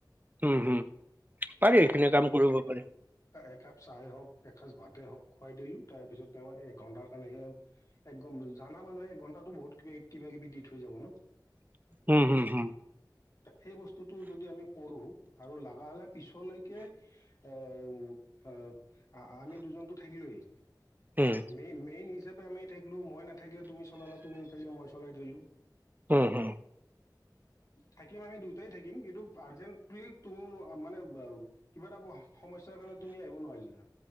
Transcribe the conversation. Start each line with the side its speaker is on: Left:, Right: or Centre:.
Right: উম হম পাৰি সেইখিনি কাম কৰিব পাৰি।
Left: একাপ চাহ হওঁক একচ ভাতে হওঁক খুৱাই দিলো তাৰপিছত তেওঁ এক ঘণ্টাৰ কাৰণেহে একদম জানা মানুহে ঘন্টাটো বহুত কিবা কিবি দি থৈ যাব ন।
Right: উম হম হম।
Left: সেই বস্তুটো যদি আমি কৰো আৰু লাগা হ'লে পিছলৈকে অ', আমি দুজনতো থাকিলোয়েই
Right: উম
Left: মেইন-মেইন হিচাপে আমি থাকিলো মই নাথাকিলে তুমি চলালা তুমি নাথাকিলে মই চলাই দিলো।
Right: হম হু।
Left: থাকিম আমি দুয়টাই থাকিম কিন্তু আৰ্জেণ্ট তুম মানে কিবা এটা <unintelligible> সমস্যাৰ কাৰণে তুমি আহিব নোৱাৰিলা।